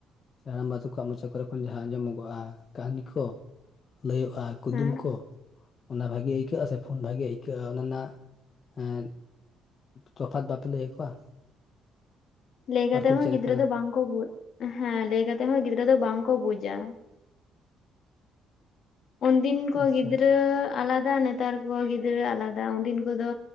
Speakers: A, on the left; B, on the left.
A: ᱦᱟᱲᱟᱢᱵᱟ ᱛᱟᱠᱚᱣᱟᱜ ᱢᱚᱪᱟ ᱠᱚᱨᱮ ᱠᱷᱚᱱ ᱡᱟᱦᱟᱸ ᱟᱸᱡᱚᱢᱚᱜᱚᱜᱼᱟ ᱠᱟᱹᱦᱱᱤ ᱠᱚ ᱞᱟᱹᱭᱚᱜᱼᱟ ᱠᱩᱫᱩᱢ
B: ᱦᱮᱸ
A: ᱠᱚ ᱚᱱᱟ ᱵᱷᱟᱜᱤ ᱟᱹᱭᱠᱟᱹᱜᱼᱟ ᱥᱮ ᱯᱷᱳᱱ ᱵᱷᱟᱜᱮ ᱟᱹᱭᱠᱟᱹᱜ-ᱟ ᱚᱱᱟ ᱨᱮᱱᱟᱜ ᱛᱚᱯᱷᱟᱛ ᱵᱟᱯᱮ ᱞᱟᱹᱭ ᱟᱠᱚᱣᱟ
B: ᱞᱟᱹᱭ
A: ᱯᱟᱨᱛᱩᱞ
B: ᱠᱟᱛᱮ ᱦᱚᱸ
A: ᱪᱮᱫ
B: ᱜᱤᱫᱽᱨᱟᱹ
A: ᱞᱮᱠᱟᱱᱟ
B: ᱫᱚ ᱵᱟᱝᱠᱚ ᱵᱩᱡ ᱦᱮᱸ ᱞᱟᱹᱭ ᱠᱟᱛᱮ ᱦᱚᱸ ᱜᱤᱫᱽᱨᱟᱹ ᱫᱚ ᱵᱟᱝᱠᱚ ᱵᱩᱡ-ᱟ ᱩᱱᱫᱤᱱ ᱠᱚ
A: ᱟᱪᱪᱷᱟ
B: ᱜᱤᱫᱽᱨᱟᱹ ᱟᱞᱟᱫᱟ ᱱᱮᱛᱟᱨ ᱠᱚ ᱜᱤᱫᱽᱨᱟᱹ ᱟᱞᱟᱫᱟ ᱩᱱᱫᱤᱱ ᱠᱚᱫᱚ